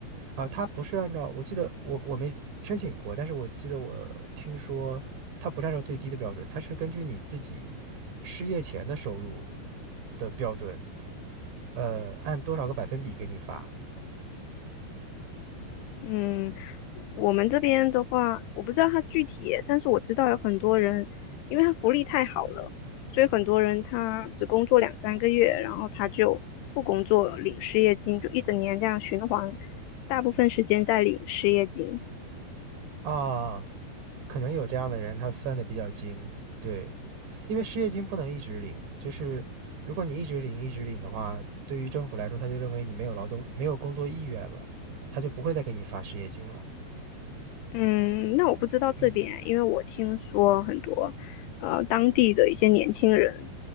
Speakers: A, on the right; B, on the left.
A: 啊，他不是按照，我记得我我没申请过，但是我记得我听说他不是按照最低的标准，他是根据你自己失业前的收入的标准，呃，按多少个百分比给你发
B: 嗯，我们这边的话，我不知道他具体，但是我知道有很多人，因为他福利太好了，所以很多人他只工作两三个月，然后他就不工作，领失业金，就一整年这样循环，大部分时间在领失业金。
A: 啊，可能有这样的人，他算的比较精，对，因为失业金不能一直领，就是如果你一直领一直领的话，对于政府来说，他就认为你没有劳动没有工作意愿了，他就不会再给你发失业金了。
B: 嗯，那我不知道这边，
A: 嗯，
B: 因为我听说很多，呃，当地的一些年轻人，